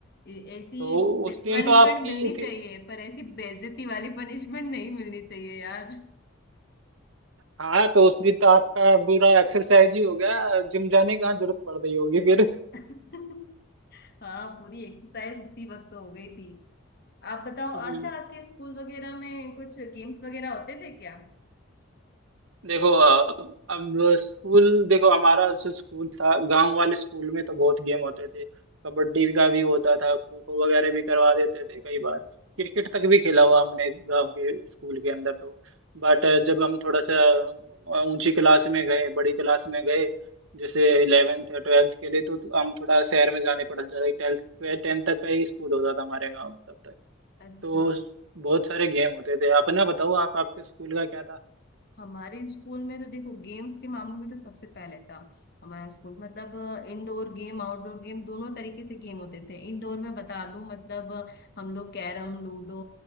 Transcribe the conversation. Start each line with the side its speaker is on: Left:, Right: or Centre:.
Left: ए- ऐसी
Right: तो
Left: पनिशमेंट
Right: उस दिन तो आपकी
Left: मिलनी
Right: फिर
Left: चाहिए पर ऐसी बेइज्जती वाली पनिशमेंट नहीं मिलनी चाहिए यार
Right: हाँ तो उस दिन तो आपका पूरा एक्सरसाइज ही हो गया जिम जाने की कहाँ जरूरत पड़ रही होगी फिर
Left: <laughs> हाँ पूरी एक्सरसाइज उसी वक्त तो हो गई थी आप बताओ
Right: <laughs>
Left: अच्छा आपके स्कूल वगैरह में कुछ गेम्स वगैरह होते थे क्या
Right: देखो अ, अब स्कूल देखो हमारा जो स्कूल था गांव वाले स्कूल में तो बहुत गेम होते थे कबड्डी का भी होता था खो खो वगैरह भी करवा देते थे कई बार क्रिकेट तक भी खेला हुआ हमने गांव के स्कूल के अंदर तो बट जब हम थोड़ा सा अ, ऊंची क्लास में गए बड़ी क्लास में गए जैसे इलेवेंथ या ट्वेल्थ के लिए तो हम थोड़ा शहर में जाने पड़ जाते ट्वेल्थ टेंथ तक का ही स्कूल होता था हमारे गाँव में तब तक
Left: अच्छा
Right: तो बहुत सारे गेम होते थे अपना बताओ आप आपके स्कूल का क्या
Left: हमारे स्कूल में तो देखो गेम्स के मामले में तो सबसे पहले था हमारा स्कूल मतलब इंडोर गेम आउटडोर गेम दोनों तरीके से गेम होते थे इंडोर में बता दूं मतलब अ, हम लोग कैरम लूडो